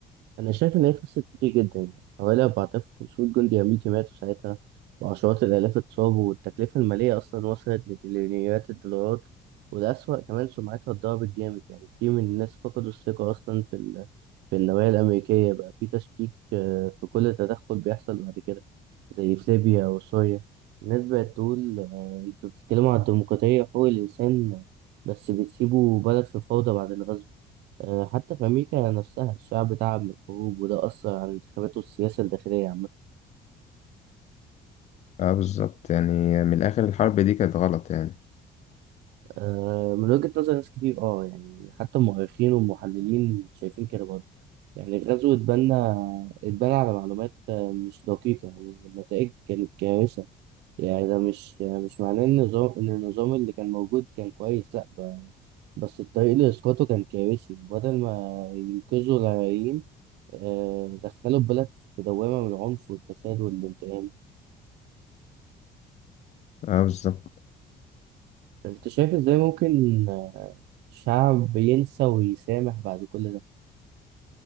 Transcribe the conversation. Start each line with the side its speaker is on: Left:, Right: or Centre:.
Right: أنا شايف إن هي خسرت كتير جدا يعني حوالي 4500 جندي أمريكي ماتوا ساعتها وعشرات الآلاف اتصابوا والتكلفة المالية أصلا وصلت لتريليونيات الدولارات وده أسوأ كمان سمعتها اتضربت جامد يعني كتير من الناس فقدوا الثقة أصلا في ال... في النوايا الأمريكية بقى في تشكيك آه، في كل تدخل بيحصل بعد كده زي في ليبيا وسوريا الناس بقت تقول آه، أنتوا بتتكلموا عن الديمقراطية وحقوق الإنسان بس بتسيبوا بلد في فوضى بعد الغزو. آه، حتى في أمريكا نفسها الشعب تعب من الحروب وده أثر على الانتخابات والسياسة الداخلية عامة
Left: اه بالظبط يعني من الآخر الحرب دي كانت غلط يعني
Right: آه، من وجهة نظر ناس كتير اه يعني حتى المؤرخين والمحللين شايفين كده برضه يعني الغزو اتبنى اتبنى على معلومات آه، مش دقيقة يعني النتائج كانت كارثة يعني ده مش يعني مش معناه إن النظام إن النظام اللي كان موجود كان كويس لأ ب- بس الطريق لإسقاطه كان كارثي بدل ما ينقذوا العراقيين آه، دخلوا البلد في دوامة من العنف والفساد والانتقام
Left: اه بالظبط
Right: انت شايف ازاي ممكن آه، شعب ينسى ويسامح بعد كل ده